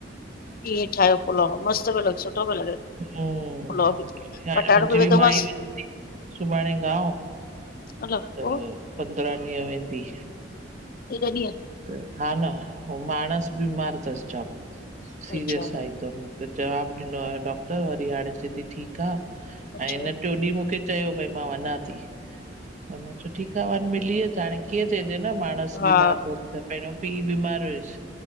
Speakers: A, on the left (about 50°); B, on the right (about 40°).
A: इंअ ठाहियो पुलाव। मस्त पियो लॻस। सुठो पियो लॻे,
B: हम्म,
A: पुलाव भी।
B: हाणे
A: पटाटो
B: मुंहिंजी
A: भी
B: बि
A: विथो
B: माई
A: मांस
B: सुभाणे गांव
A: अला
B: त
A: पो
B: पंद्राह ॾींहं वेंदी।
A: हेॾा ॾिंहं!
B: त हा न, वो मांण़स बीमार तस जाम, सीरियस
A: अच्छा
B: आ एकदम। त जवाब ॾिनो आ डॉक्टर, वरी हाणे चएथी ठीक आ
A: अच्छा
B: ऐं हिन ट्यों ॾींहं मुंखे चयो भाई मां वञां थी त मां चयो, ठीक आ, वञ मिली अच हाणे कीअं चएजे न, मांण़स
A: हा
B: बीमार तस त, पेहरों पी बीमार हुयस,